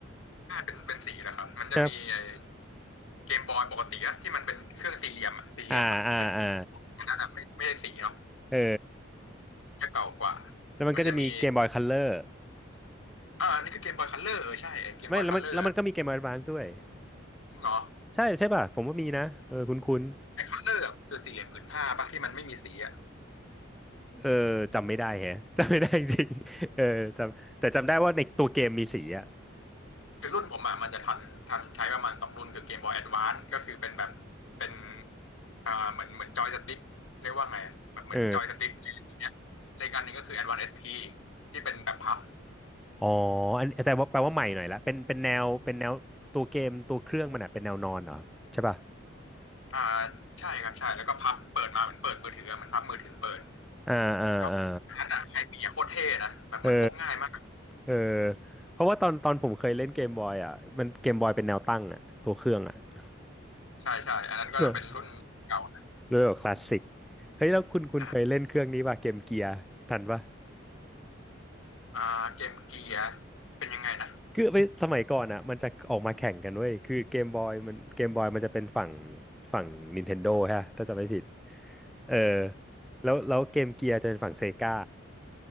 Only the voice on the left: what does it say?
ใช่เป็นเป็นสีแหล้ครับมันจะมีไอ้
เกมบอยปกติอะที่มันเป็นเครื่องสี่เหลี่ยมอะสี่เหลี่ยมแบบเป็น
อันนั้นอะไม่ไม่ใช่สีเนาะ
จะเก่ากว่า
มันจะมีอ่าอันนี้คือเกมบอยคัลเลอร์เออใช่ไอ้เกมบอยคัลเลอร์อะ
จริงเหรอ
ไอ้คัลเลอร์อะมันคือสี่เหลี่ยมผืนผ้าปะที่มันไม่มีสีอะ
คือรุ่นผมอ่ะมันจะทันทันใช้ประมาณสองรุ่นคือเกมบอยแอดวานซ์ก็คือเป็นแบบเป็นอ่าเหมือนเหมือนจอยสติ๊กเรียกว่าไงอะแบบเหมือนจอยสติ๊กเนี่ยและอีกอันหนึ่งก็คือแอดวานซ์เอสพี
ที่เป็นแบบพับ
อ่าใช่ครับใช่แล้วก็พับเปิดมาเหมือนเปิดมือถืออะเหมือนพับมือถือเปิด
ก็อันนั้นอ่ะใครมีอ่ะโคตรเท่นะแบบมันพกง่ายมาก
ใช่ใช่อันนั้นก็จะเป็นรุ่นเก่านะ
อ่ะอ่าเกมเกียร์เป็นยังไงนะ